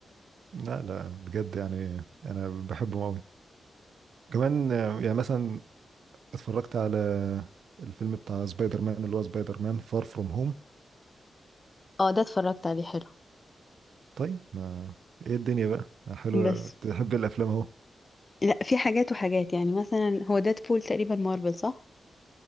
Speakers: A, on the right (about 80°); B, on the left (about 25°).
A: لا لا بجد يعني انا بحبهم قوي كمان آه، يعني مثلا اتفرجت على الفيلم بتاع سبايدر مان اللي هو سبايدر مان فار فروم هوم
B: اه ده اتفرجت عليه حلو
A: طيب ما ايه الدنيا بقى حلوة
B: بس
A: تحب الافلام اهو
B: لا في حاجات وحاجات يعني مثلا هو ديدبول تقريبا مارفل صح